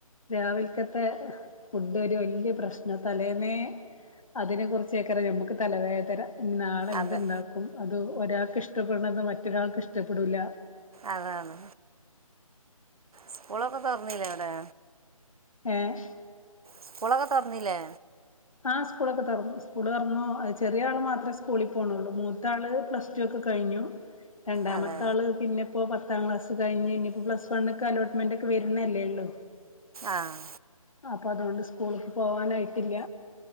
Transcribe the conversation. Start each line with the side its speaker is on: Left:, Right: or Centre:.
Left: രാവിൽക്കത്തെ ഫുഡൊരു വല്ല്യ പ്രശ്നാ തലേന്നേ അതിനെ കുറിച്ചേക്കറിയാം നമക്ക് തലവേതന ഇനി നാളെ എന്ത്ണ്ടാക്കും
Right: അതെ
Left: അത് ഒരാക്ക് ഇഷ്ടപ്പെട്ണത് മറ്റൊരാൾക്ക് ഇഷ്ടപ്പെടൂല.
Right: അതാണ് സ്കൂളൊക്കെ തോറന്നിലവിടെ
Left: ഏഹ്
Right: സ്ക്കൂളൊക്കെ തൊർന്നിലെ
Left: ആ സ്കൂളൊക്കെ തൊർന്ന് സ്കൂള് തൊറന്നൂ ചെറിയ ആള് മാത്രേ സ്ക കൂളിൽ പോണോള്ളൂ മൂത്താള് പ്ലസ് ടു ഒക്കെ കഴിഞ്ഞു. രണ്ടാമത്തെ
Right: അതെ
Left: ആള് പിന്നിപ്പോ പത്താം ക്ലാസ് കഴിഞ്ഞ് നി പ്ലസ് വൺക്കലോട്ട്മെന്റ് ഒക്കെ വരുന്നല്ലേള്ളു
Right: ആഹ്
Left: പ്പ അതുകൊണ്ട് സ്കൂള്ക്ക് പോകാനായിട്ടില്ല